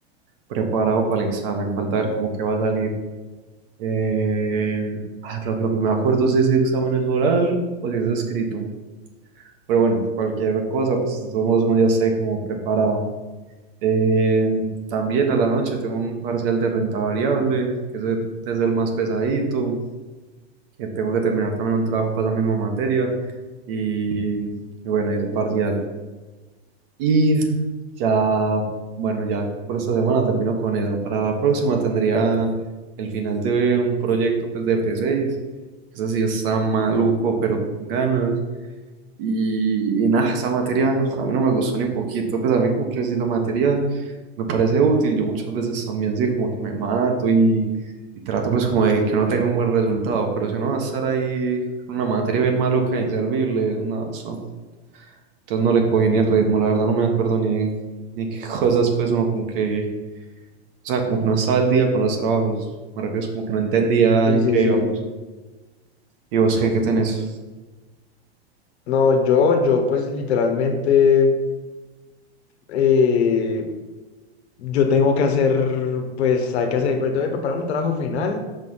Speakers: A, on the right; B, on the left.
A: preparado para el examen. Falta ver cómo que va a salir. Eh, ah, claro que lo que no me acuerdo es si ese examen es oral o si es escrito. Pero bueno, cualquier cosa, pues de todos modos uno ya está ahí como preparado. Eh, también a la noche tengo un parcial de renta variable, que ese es el más pesadito, que tengo que terminar también un trabajo para esa misma materia. Y, y bueno, ese parcial. Y ya, bueno, ya por esta semana termino con eso. Para la próxima tendría el final de un proyecto pues, de p seis Ese sí está maluco, pero con ganas. Y, y nada, esa materia a mí no me gustó ni poquito, pues a mí como que si la materia me parece útil, yo muchas veces también sí, como que me mato y, y trato pues como de que uno tenga un buen resultado, pero si uno va a estar ahí con una materia bien maluca, inservible, no, eso, entonces no le cogí ni el ritmo, la verdad no me acuerdo ni, ni qué <laughs> cosas pues uno como que, o sea, como que no estaba al día con los trabajos, me refiero es como que no entendía
B: Sí,
A: en
B: sí,
A: qué
B: sí.
A: íbamos. ¿Y vos qué, qué tenés?
B: No, yo, yo, pues, literalmente, eh, yo tengo que hacer, pues, hay que hacer, pero tengo que preparar un trabajo final